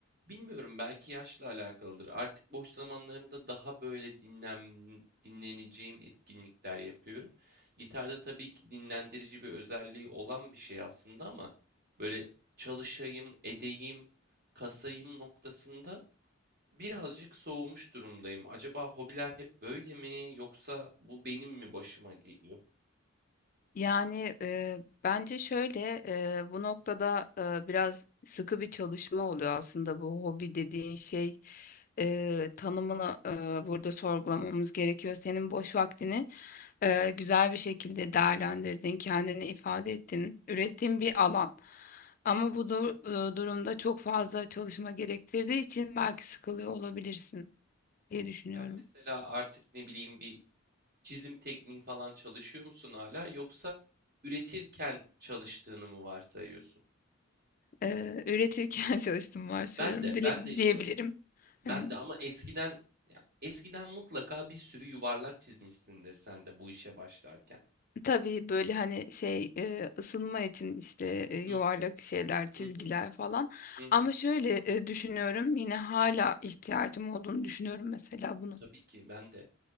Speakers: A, on the right; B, on the left.
A: bilmiyorum belki yaşla alakalıdır. Artık boş zamanlarımda daha böyle dinlen dinleneceğim etkinlikler yapıyorum. Gitarda tabii ki dinlendirici bir özelliği olan bir şey aslında ama böyle çalışayım, edeyim, kasayım noktasında birazcık soğumuş durumdayım. Acaba hobiler hep böyle mi yoksa bu benim mi başıma geliyor?
B: yani e, bence şöyle e, bu noktada e, biraz sıkı bir çalışma oluyor aslında bu hobi dediğin şey e, tanımını e, burada sorgulamamız gerekiyor. Senin boş vaktini e, güzel bir şekilde değerlendirdin, kendini ifade ettin, ürettiğin bir alan. Ama bu dur- e, durumda çok fazla çalışma gerektirdiği için belki sıkılıyor olabilirsin diye düşünüyorum.
A: Sen mesela artık ne bileyim bir çizim tekniği falan çalışıyor musun hala yoksa üretirken çalıştığını mı varsayıyorsun?
B: e, üretirken <laughs> çalıştım varsayıyorum
A: Ben de
B: dile-
A: ben de işte
B: diyebilirim.
A: ben
B: Em,
A: de ama eskiden yani eskiden mutlaka bir sürü yuvarlak çizmişsindir sen de bu işe başlarken.
B: Tabii böyle hani şey e, ısınma için işte e, yuvarlak
A: Hı
B: şeyler, çizgiler
A: hı hı
B: falan.
A: hı. hı.
B: Ama şöyle e, düşünüyorum yine hala ihtiyacım olduğunu düşünüyorum mesela bunu.
A: Tabii ki ben de.